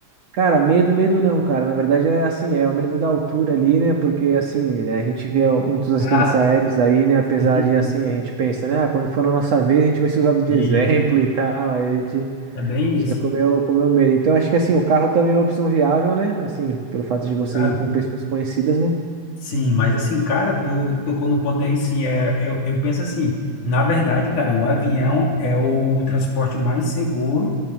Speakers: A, on the right; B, on the left.
A: Cara, medo, medo não, cara. Na verdade é assim, é o medo da altura ali, né? Porque assim, a gente vê muitos acidentes
B: Ah,
A: aéreos aí, né? Apesar
B: sim,
A: de assim,
B: sim.
A: a gente pensa, né? Ah, quando for na nossa vez, a gente vai ser usado de
B: Isso.
A: exemplo e tal. Aí a gente
B: É bem
A: fica
B: isso.
A: com o meu, com o meu medo. Então acho que assim, o carro também é uma opção viável, né? Assim, pelo fato de você
B: Cara,
A: ir com pessoas conhecidas, né?
B: Sim, mas assim, cara, tu tocou no ponto aí, sim, é, eu, eu penso assim, na verdade, cara, o avião é o transporte mais seguro